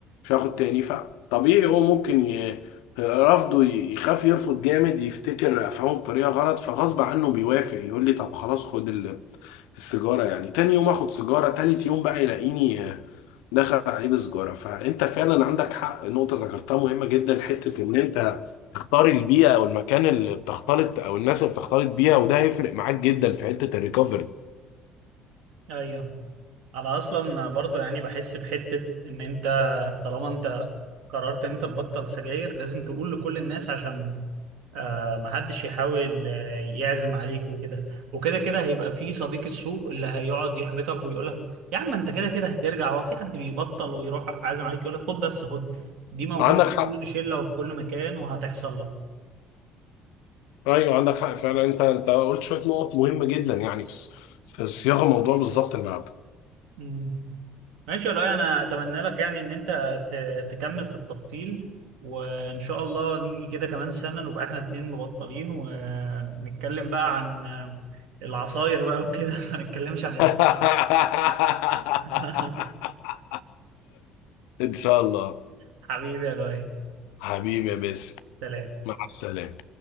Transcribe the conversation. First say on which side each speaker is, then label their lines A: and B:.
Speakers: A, on the left; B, on the right.
A: هاخد تاني فطبيعي هو ممكن ي... رفضه ي- يخاف يرفض جامد يفتكر أفهمه بطريقة غلط فغصب عنه بيوافق يقول لي طب خلاص خد ال- السيجارة يعني تاني يوم آخد سيجارة تالت يوم بقى يلاقيني آه، دخل عليه بسجارة فأنت فعلا عندك حق نقطة ذكرتها مهمة جدا حتة إن أنت تختار البيئة أو المكان اللي بتختلط أو الناس اللي بتختلط بيها وده هيفرق معاك جدا في حتة الريكفري
B: ايوه انا اصلا برضو يعني بحس بحتة ان انت طالما انت قررت ان انت تبطل سجاير لازم تقول لكل الناس عشان آه محدش يحاول آه، يعزم عليك وكده وكده كده هيبقى في صديق السوق اللي هيقعد يحبطك ويقول لك يا عم انت كده كده هترجع هو في حد بيبطل ويروح عازم عليك يقول لك خد بس خد دي موجودة
A: عندك
B: في
A: حق
B: كل شلة وفي كل مكان وهتحصل لك
A: ايوه عندك حق فعلا انت انت قلت شويه نقط مهمه جدا يعني في في صياغه الموضوع بالظبط النهارده
B: مم. ماشي والله انا اتمنى لك يعني ان انت ت- تكمل في التبطيل وان شاء الله نيجي كده كمان سنة نبقى احنا الاتنين مبطلين ونتكلم بقى عن آه، العصاير بقى وكده <laughs> ما نتكلمش عن السكين
A: <laughs>
B: <laughs>
A: ان شاء الله
B: حبيبي يا لؤي
A: حبيبي يا باسم
B: سلام
A: مع السلامه